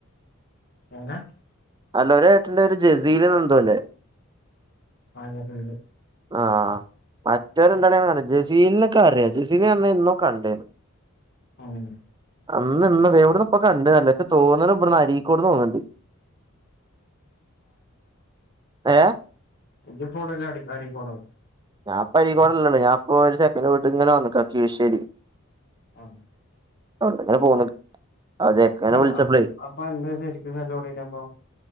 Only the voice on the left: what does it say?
എങ്ങനെ
അതെ ശരി
ഉം.
ഇജ്ജ്പ്പൊ ഔടെള്ളേ അടീ അരീക്കോടോ
ആഹ്
മ്മേതാ
അം അപ്പ അന്റെ ശരിക് സ്ഥലോഡേഞപ്പൊ